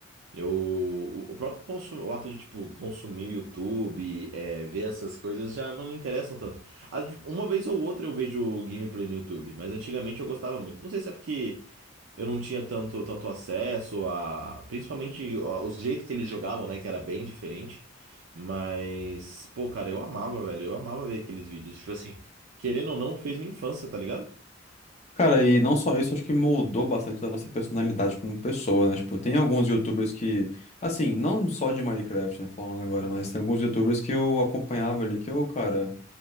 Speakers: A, on the right; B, on the left.
A: Eu, o o próprio consu- o ato de, tipo, consumir o YouTube, é, ver essas coisas já não me interessam tanto. Às- Uma vez ou outra eu vejo gameplay no YouTube, mas antigamente eu gostava muito. Não sei se é porque eu não tinha tanto, tanto acesso a... Principalmente a- os jeitos que eles jogavam, né? Que era bem diferente. Mas, pô, cara, eu amava, velho. Eu amava ver aqueles vídeos. Tipo assim, querendo ou não, fez minha infância, tá ligado?
B: Cara, e não só isso, acho que moldou bastante da nossa personalidade como pessoa, né? Tipo, tem alguns YouTubers que, assim, não só de Minecraft, né, falando agora, mas tem alguns YouTubers que eu acompanhava ali que eu, cara,